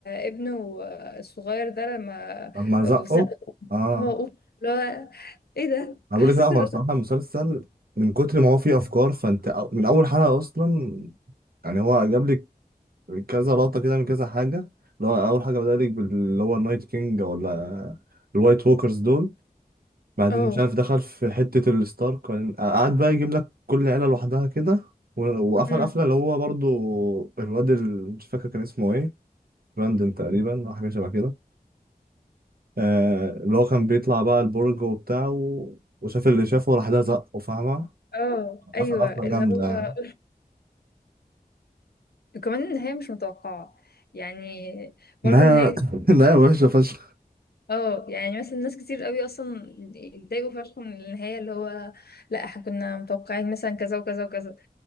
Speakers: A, on the left (about 85°); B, on the right (about 70°).
A: ابنه الصغير ده لما
B: لما زقه
A: ابو
B: اه
A: هو أوف لا ايه ده
B: انا
A: حسيت
B: بقول لك لا هو
A: ان
B: الصراحه المسلسل من كتر ما هو فيه افكار فانت أو- من اول حلقه اصلا يعني هو جاب لك كذا لقطه كده من كذا حاجه اللي هو اول حاجه بدأ لك باللي هو النايت كينج ولا الوايت ووكرز دول بعدين
A: اه
B: مش عارف دخل في حته الستارك وبعدين قعد بقى يجيب لك كل عيله لوحدها كده و- وقفل
A: أمم.
B: قفله اللي هو برضو الواد ال- مش فاكر كان اسمه ايه براندن تقريبا او حاجه شبه كده آه، اللي هو كان بيطلع بقى البرج وبتاع و... وشاف اللي شافه وراح ده زقه فاهمة
A: اه ايوه
B: قفل قفلة
A: اللي
B: جامدة
A: هو
B: يعني
A: وكمان النهايه مش متوقعه يعني برضو
B: النهاية
A: نهايه
B: <laughs> النهاية وحشة فشخ
A: اه يعني مثلا ناس كتير قوي اصلا اتضايقوا فشخ من النهايه اللي هو لا احنا كنا متوقعين مثلا كذا وكذا وكذا